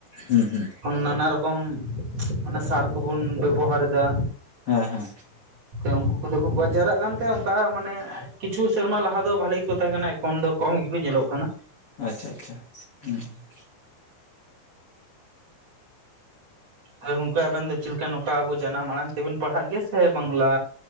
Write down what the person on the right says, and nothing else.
ᱱᱟᱱᱟ ᱨᱚᱠᱚᱢ ᱚᱱᱟ ᱥᱟᱨ ᱠᱚᱵᱚᱱ ᱵᱮᱵᱚᱦᱟᱨ ᱮᱫᱟ᱾
ᱩᱱᱠᱩ ᱠᱚᱫᱚ ᱠᱚ ᱜᱚᱡ ᱡᱟᱣᱨᱟᱜ ᱠᱟᱱᱛᱮ ᱚᱱᱠᱟ ᱢᱟᱱᱮ ᱠᱤᱪᱷᱩ ᱥᱮᱨᱢᱟ ᱞᱟᱦᱟ ᱫᱚ ᱵᱷᱟᱹᱞᱤ ᱜᱮᱠᱚ ᱛᱟᱦᱮᱸ ᱠᱟᱱᱟ ᱮᱠᱷᱚᱱ ᱫᱚ ᱠᱚᱢ ᱜᱮᱠᱚ ᱧᱮᱞᱚᱜ ᱠᱟᱱᱟ᱾
ᱟᱨ ᱚᱱᱠᱟ ᱟᱵᱮᱱ ᱫᱚ ᱪᱮᱞᱮᱠᱟ ᱱᱚᱠᱝᱟ ᱟᱵᱚ ᱡᱟᱱᱟᱢ ᱟᱲᱟᱝ ᱛᱮᱵᱚᱱ ᱯᱟᱲᱦᱟᱜ ᱜᱮᱭᱟ ᱥᱮ ᱵᱟᱝᱞᱟ